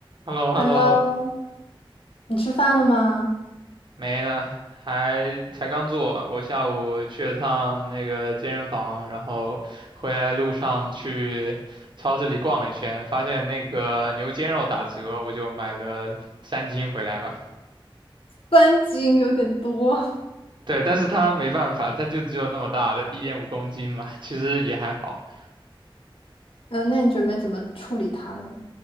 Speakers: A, on the right; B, on the left.
A: h e l l o h
B: Hello，
A: e l l o
B: 你吃饭了吗？
A: 没呢，还才刚做。我下午去了趟那个健身房，然后回来路上去超市里逛了一圈，发现那个牛肩肉打折，我就买了三斤回来吧。
B: 三斤有点多。
A: 对，但是它没办法，它就只有那么大的，一点五公斤嘛，其实也还好。
B: 嗯，那你准备怎么处理它呢？